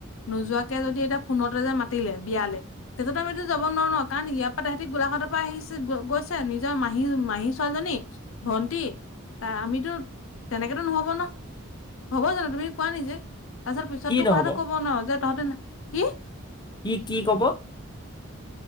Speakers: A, on the left; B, on the left.
A: নোযোৱাকে যদি এতিয়া ফোনতে যে মাতিলে বিয়ালে তেতিয়া তুমি এইটো যাব। নোৱাৰো ন কাৰণ ইয়াৰ পৰা তাহাতি গোলাঘাটৰ পৰা আহিছে গৈছে নিজৰ মাহী মাহী ছোৱালী। ভন্টি আমিতো তেনেকো নহ'ব ন। হ'ব জানা তুমি কোৱা নি যে। তাৰ পিছত পিছত
B: কি
A: তো
B: নহ'ব
A: কথাটো কব নোৱাৰ যে তহঁতে কি।
B: কি কি ক'ব